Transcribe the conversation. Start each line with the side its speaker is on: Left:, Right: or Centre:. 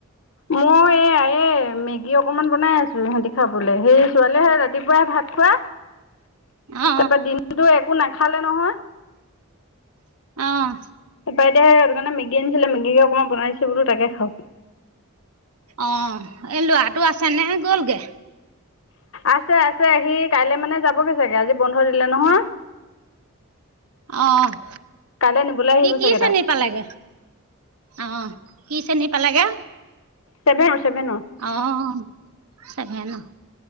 Left: মই এয়া, এ মেগী অকমান বনাই আছোঁ ইহঁতি খাবলে, সেই ছোৱালীয়ে‌ সেই ৰাতিপুৱাই ভাত খোৱা
Right: অ
Left: তাৰপৰা দিনটোতো একো নাখালে নহয়।
Right: অঁ'।
Left: তাৰ পৰা এতিয়া সেই সেইটো কাৰণে মেগী আনিছিলে মেগীকে অকমান বনাই দিছোঁ বোলো তাকে খাওঁক।
Right: অঁ' এই ল'ৰাটো আছে নে গ'লগে?
Left: আছে আছে, সি কাইলৈ মানে যাবগৈ চাগে, আজি বন্ধ দিলে নহয়।
Right: অঁ'।
Left: কাইলৈ নিবলৈ আহিব
Right: সি কি
Left: চাগে
Right: শ্ৰেণী
Left: তাক।
Right: পালেগৈ, অঁ' কি শ্ৰেণী পালেগৈ?
Left: চেভেন, চেভেনত।
Right: অঁ' চেভেনত,